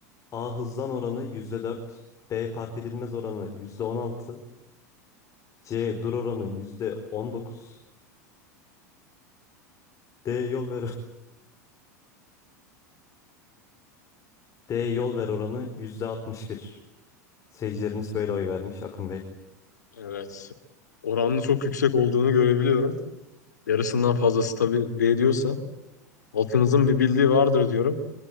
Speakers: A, on the left; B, on the left.
A: A hızlan oranı %4. B park edilmez oranı %16, C dur oranı %19. D yol ver <laughs> D yol ver oranı %61. Seyircilerimiz böyle oy vermiş Akın Bey.
B: Evet. Oranın çok yüksek olduğunu görebiliyorum. Yarısından fazlası tabii D diyorsa halkımızın bir bildiği vardır diyorum.